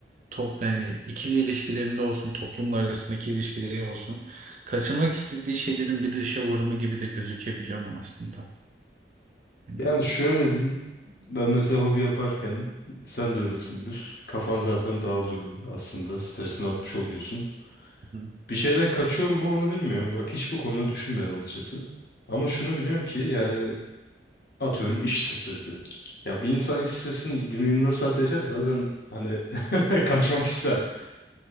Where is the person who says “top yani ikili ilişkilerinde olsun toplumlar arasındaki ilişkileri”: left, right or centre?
Right